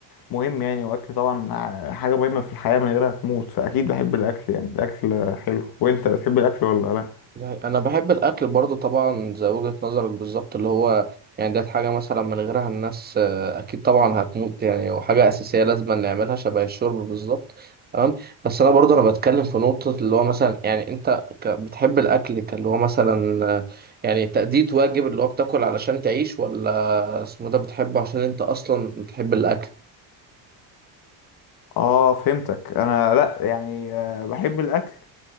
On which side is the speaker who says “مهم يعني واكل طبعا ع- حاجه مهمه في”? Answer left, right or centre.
Left